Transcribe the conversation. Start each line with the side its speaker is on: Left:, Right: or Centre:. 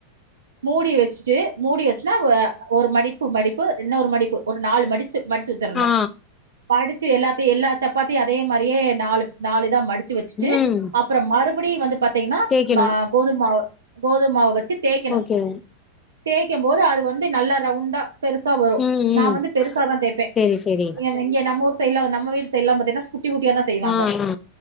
Right: மூடி வெச்சுட்டு மூடி வெச் னாவூ ஒரு மடிப்பு மடிப்பு இன்னோரு மடிப்பு ஒரு நாலு மடிச்சு மடிச்சு வச்சிடணோ
Left: ஆ
Right: மடிச்சு எல்லாத்தையூ எல்லா சப்பாத்தியூ அதே மாதிரியே நாலு நாலு இதா மடிச்சு வெச்சுட்டு
Left: ம்
Right: அப்புறே மறுபடியூ வந்து பாத்தீங்கன்னா
Left: தேய்க்கணு
Right: மா கோதும் மாவு கோதும் மாவு வெச்சு தேய்க்கணோ
Left: ஓகே
Right: தேய்க்கே போது அது வந்து நல்ல ரவுண்டா பெருசா வரூ
Left: ம்
Right: நான்
Left: ம்
Right: வந்து பெருசா தா தேய்ப்பே
Left: செரி செரி
Right: இங் இங்க நம்ம ஊர் சைட்லா நம்ம வீடு சைடல்லா பாத்தீங்ன்னா குட்டி குட்டியா தா செய்வாங்க
Left: ஆ ஆ